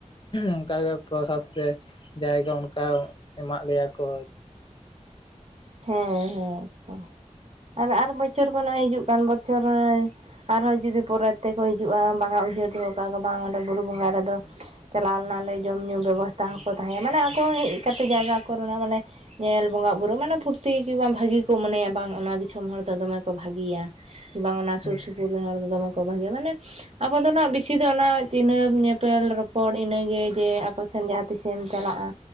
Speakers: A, on the left; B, on the right.
A: ᱚᱱᱠᱟᱜᱮ ᱯᱨᱚᱥᱟᱫ ᱥᱮ ᱡᱟᱭᱜᱮ ᱚᱱᱠᱟ ᱮᱢᱟᱜ ᱞᱮᱭᱟ ᱠᱚ
B: ᱦᱮᱸ ᱦᱮᱸ ᱛᱚ ᱟᱨ ᱟᱨ ᱵᱚᱪᱷᱚᱨ ᱠᱷᱚᱱᱟᱜ ᱦᱤᱡᱩᱜ ᱠᱟᱱ ᱵᱚᱪᱷᱚᱨ ᱦᱚᱭ ᱟᱨᱦᱚᱸ ᱡᱩᱫᱤ ᱯᱚᱨᱮ ᱛᱮᱠᱚ ᱦᱤᱡᱩᱜᱼᱟ ᱵᱟᱝᱟ ᱩᱭᱦᱟᱹᱨ ᱫᱚᱦᱚ ᱠᱟᱜᱼᱟ ᱠᱚ ᱵᱟᱝ ᱚᱸᱰᱮ ᱵᱩᱨᱩ ᱵᱚᱸᱜᱟ ᱨᱮᱫᱚ ᱪᱟᱞᱟᱣ ᱞᱮᱱᱟᱞᱮ ᱡᱚᱢᱼ ᱧᱩ ᱵᱮᱵᱚᱥᱛᱷᱟ ᱦᱚᱸᱠᱚ ᱛᱟᱦᱮ ᱢᱟᱱᱮ ᱟᱠᱚ ᱦᱮᱡ ᱠᱟᱛᱮᱫ ᱡᱟᱭᱜᱮ ᱟᱠᱚᱨᱮᱱᱟᱜ ᱢᱟᱱᱮ ᱧᱮᱞ ᱵᱚᱸᱜᱟ ᱵᱩᱨᱩ ᱢᱟᱱᱮ ᱯᱷᱩᱨᱛᱤ ᱠᱤ ᱵᱟᱝ ᱵᱷᱟᱜᱤ ᱠᱚ ᱢᱚᱱᱮᱭᱟ ᱵᱟᱝ ᱚᱱᱟ ᱫᱤᱥᱚᱢ ᱦᱚᱲ ᱫᱚ ᱫᱚᱢᱮ ᱠᱚ ᱵᱷᱟᱜᱮᱭᱟ ᱵᱟᱝ ᱚᱱᱟ ᱥᱩᱨ
A: ᱦᱮᱸ
B: ᱥᱩᱯᱩᱨ <inaudible> ᱫᱚᱢᱮ ᱠᱚ ᱵᱷᱟᱜᱤᱭᱟ ᱢᱟᱱᱮ ᱟᱵᱚ ᱫᱚ ᱱᱟᱜ ᱵᱮᱥᱤ ᱫᱚ ᱚᱱᱟ ᱪᱤᱱᱦᱟᱹᱯ ᱧᱮᱯᱮᱞ ᱨᱚᱯᱚᱲ ᱤᱱᱟᱹᱜᱮ ᱡᱮ ᱟᱠᱚ ᱥᱮ ᱡᱟᱦᱟᱸ ᱛᱤᱥᱮᱢ ᱪᱟᱞᱟᱜᱼᱟ